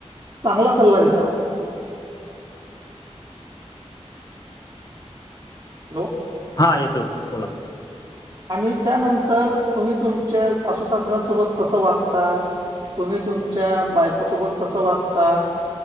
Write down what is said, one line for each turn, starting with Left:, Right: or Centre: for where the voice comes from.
Right: चांगला सल्ला देता. हॅलो.
Left: हा येतो बोला.
Right: आणि त्यानंतर तुम्ही तुमच्या सासू सासऱ्यां सोबत कसं वागता. तुम्ही तुमच्या बायकोसोबत कसं वागता.